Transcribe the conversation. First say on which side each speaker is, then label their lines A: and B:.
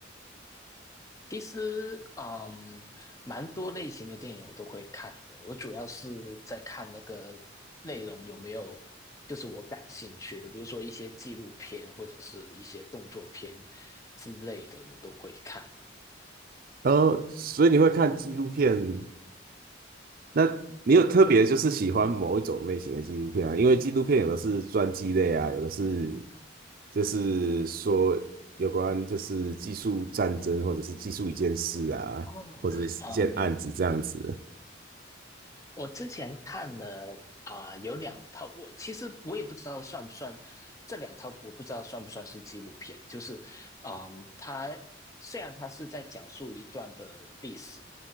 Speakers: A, on the left; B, on the right.
A: 其实，嗯，蛮多类型的电影我都会看的。我主要是在看那个内容有没有，就是我感兴趣的，比如说一些纪录片或者是一些动作片之类的，我都会看。
B: 哦，所以你会看纪录片？那你有特别就是喜欢某一种类型的纪录片啊？
A: 对，
B: 因为纪录片有的是传记类啊，有的是就是说有关就是技术战争或者是技术一件事啊，
A: 哦，
B: 或者是一件案子这样子。
A: 嗯，我之前看了啊、有两套，我其实我也不知道算不算这两套，我不知道算不算是纪录片。就是，嗯，它虽然它是在讲述一段的历史